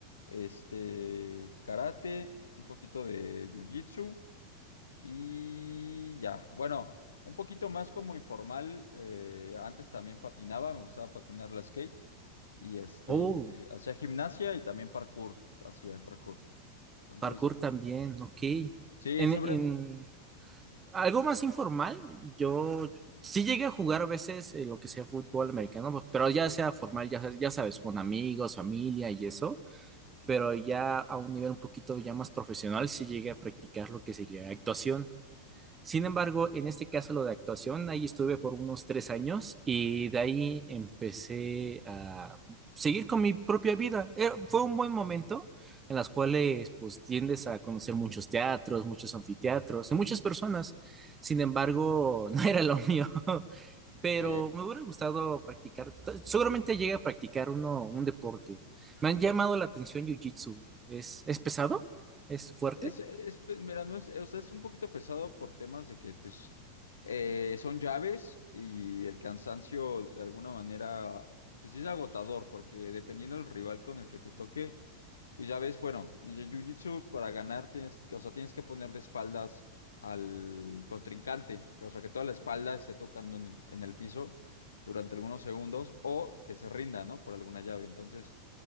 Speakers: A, on the left; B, on the right.
A: este, karate, un poquito de jiu-jitsu y ya. Bueno, un poquito más como informal. eh, antes también patinaba, me gustaba patinar la skate y este,
B: Oh,
A: hacía gimnasia y también parkour, hacía parkour. Entonces...
B: parkour también, ok.
A: Sí,
B: En,
A: siempre.
B: en, algo más informal, yo sí llegué a jugar a veces eh, lo que sea fútbol americano, pues, pero ya sea formal, ya, ya sabes, con amigos, familia y eso, pero ya a un nivel un poquito ya más profesional, sí llegué a practicar lo que sería actuación. Sin embargo, en este caso lo de actuación, ahí estuve por unos tres años y de ahí empecé a seguir con mi propia vida. Eh, Fue un buen momento en las cuales pues tiendes a conocer muchos teatros, muchos anfiteatros y muchas personas. Sin embargo, <laughs> no era lo mío, <laughs> pero
A: Ok.
B: me hubiera gustado practicar. T- Seguramente llegué a practicar uno, un deporte. Me han llamado
A: Sí.
B: la atención Jiu-Jitsu. ¿Es, es pesado? ¿Es fuerte?
A: Es, es, pues, mira, no es, o sea, es un poquito pesado por temas de que, pues, eh, son llaves y el cansancio de alguna manera, pues sí es agotador, porque dependiendo del rival con el que te toque, pues ya ves, bueno, en el Jiu-Jitsu para ganar tienes que, o sea, tienes que poner de espaldas al contrincante, o sea, que toda la espalda esté tocando en el, en el piso durante algunos segundos o que se rinda, ¿no? Por alguna llave. Entonces.